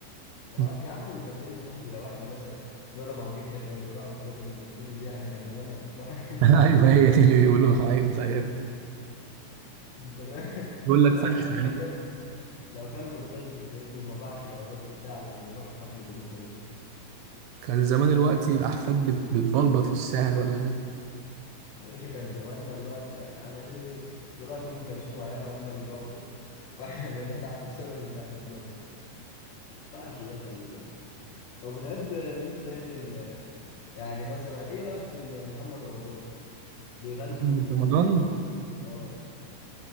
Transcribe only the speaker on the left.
سمعت
يا عم انت فاهمني يا صاحبي لو احنا مثلا لولا ما هو جدك كان بيروح حفلات ام كلثوم دي احنا كان زماننا في الفقر
<laughs>
انت فاهم
ما
هو صاحبي لو كان لو كان ملتزم فاهمني وما باعش الاراضي وبتاع علشان يروح حفلة ام كلثوم
يا باشا كان زماننا دلوقتي يعني هنعملوا ايه بس دلوقتي ام كلثوم وعيالها هم اللي بقوا فوق واحنا بقينا تحت بسبب اللي احنا بنروح ند- ما ينفعش ده خلي بالك طب بتحب مين تاني ال... يعني مثلا ايه رايك في ال- محمد رمضان بيغني
وبيمثل
اه